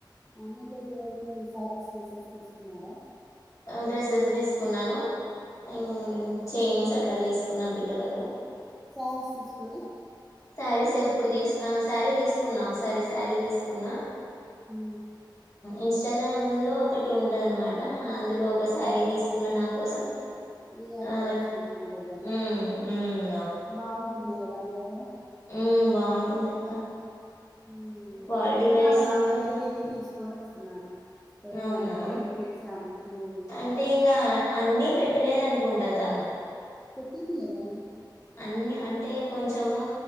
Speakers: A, in the centre; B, on the left.
A: ఆన్లైన్ లో ఇప్పు వరకు శారీస్ డ్రెసెస్ తీసుకున్నారా
B: ఆ డ్రెస్సెస్ తీసుకున్నాను ఇంగ్
A: మ్మ్
B: చైన్స్ అట్లా తీసుకు కున్న పిల్లలకు
A: శారీస్ తీసుకొని
B: శారీస్ ఎప్పుడు తీసు శారీ తీసుకున్నా ఒకసారి శారీ తీసుకున్నా
A: ఉ
B: ఇన్స్టాగ్రామ్ లో ఒకటి ఉంటుందనమాట అందులో ఒక శారీ తీసుకున్న నా కోసం
A: వి ఆర్
B: ఆ
A: కలెక్షన్ ఆమె దగ్గరన
B: ఉమ్ ఉమ్
A: బాగుంటున్నాయి కదా ఆమె దగ్గర
B: ఉ బాగుంటుంది అక్క
A: మ్మ్
B: క్వాలిటీ
A: నేను కూడా
B: వైజ్
A: ఆమె ఆమె
B: కూడా
A: దగ్గరికి
B: బాన్
A: వెళ్ళి తీసుకొని వస్తున్నాను వెళ్ళాను
B: అవునా
A: వెళ్ళి తెచ్చాను మ్మ్
B: అంటే ఇంకా అన్నిీ పెట్ పెట్టలేదు అనుకుంటా తను.
A: పెట్టింది కదా అన్నీ.
B: అన్ని అంటే కొంచెము